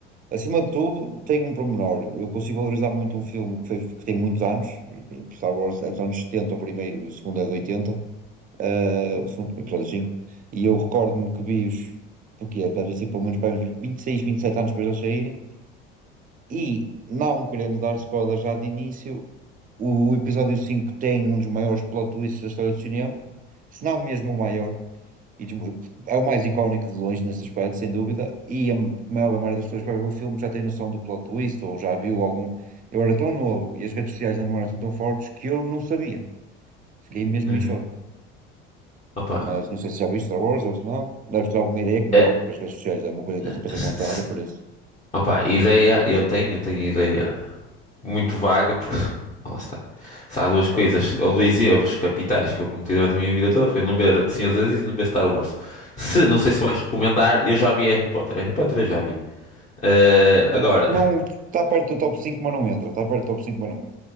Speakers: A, on the right; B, on the left.
A: acima de tudo, tem um pormenor. Eu consigo valorizar muito um filme que, foi- que tem muitos anos. Por exemplo, Star Wars é dos anos 70 o primeiro, e o segundo é de 80, eh, o segundo episódio cinco E eu recordo-me que vi-os, porque é deve ter sido pelo menos para uns 26, 27 anos depois de eles saírem. E, não querendo dar spoiler já de início, o episódio 5 tem um dos maiores plot twists da história do cinema, se não mesmo o maior, e dos- é o mais icónico de longe nesse aspecto, sem dúvida, e a maior maioria das pessoas que vai ver o filme já tem noção do plot twist, ou já viu algum. Eu era tão novo e as redes sociais ainda não eram assim tão fortes que eu não sabia. Fiquei mesmo
B: Uhum.
A: em choque.
B: Opa,
A: Mas não sei se já viste Star Wars ou se não. Deves ter alguma ideia, como
B: é,
A: é
B: é-
A: óbvio, porque as redes sociais é uma coisa que
B: <laughs>
A: está sempre a ser comentada, por isso.
B: opa, ideia eu tenho, eu tenho ideia. muito vaga, porque <laughs> lá está. Se há duas coisas, ou dois erros capitais que eu cometi durante a minha vida toda, foi não ver Senhor dos Anéis e não ver Star Wars. Se, não sei se vais recomendar, eu já vi Harry Potter. Harry Potter eu já vi. Eh,
A: Não,
B: agora,
A: não- está perto do top 5 mas não entra. Está perto do top 5 mas não entra.